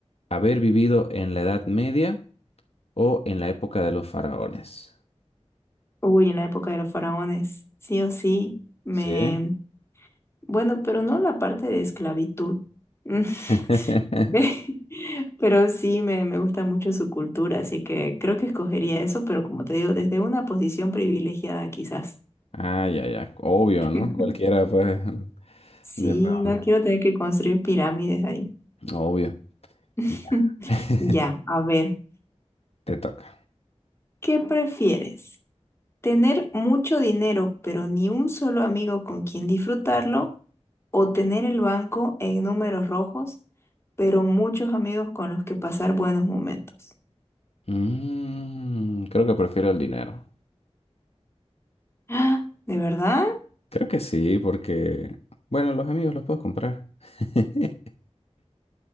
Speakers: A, on the left (about 65°); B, on the left (about 20°).
A: ¿Haber vivido en la Edad Media o en la época de los faraones?
B: Uy, en la época de los faraones, sí o sí, me...
A: Sí.
B: Bueno, pero no la parte de esclavitud, <laughs>
A: <laughs>
B: Ve, <laughs> pero sí me, me gusta mucho su cultura, así que creo que escogería eso, pero como te digo, desde una posición privilegiada quizás.
A: Ah, ya, ya. Obvio,
B: <laughs>
A: ¿no? Cualquiera, pues,
B: Sí,
A: de faraones.
B: no quiero tener que construir pirámides ahí.
A: Obvio.
B: <laughs>
A: Y <laughs>
B: Ya, a ver,
A: Te toca.
B: ¿qué prefieres? Tener mucho dinero, pero ni un solo amigo con quien disfrutarlo, o tener el banco en números rojos, pero muchos amigos con los que pasar buenos momentos.
A: Mm, creo que prefiero el dinero.
B: ¡Ah! ¿De verdad?
A: Creo que sí, porque, bueno, los amigos los puedo comprar. <laughs>